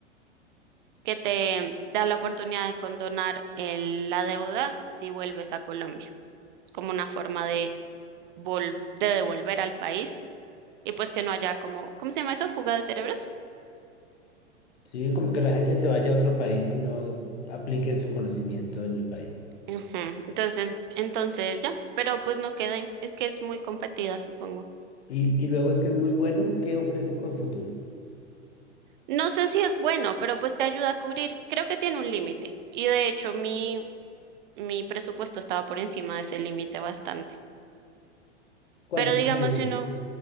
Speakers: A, on the right (about 40°); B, on the left (about 60°).
A: que te da la oportunidad de condonar el- la deuda si vuelves a Colombia, como una forma de, vol- de devolver al país y pues que no haya como, ¿cómo se llama eso? Fuga de cerebros.
B: Sí, como que la gente se vaya a otro país y no apliquen su conocimiento en el país.
A: Ujú. Entonces, entonces ya, pero pues no quedé. Es que es muy competida, supongo.
B: Y, y luego es que es muy bueno. ¿Qué ofrece Colfuturo?
A: No sé si es bueno, pero pues te ayuda a cubrir. Creo que tiene un límite. Y de hecho, mi, mi presupuesto estaba por encima de ese límite bastante.
B: ¿Cuánto
A: Pero digamos,
B: es el límite?
A: si uno,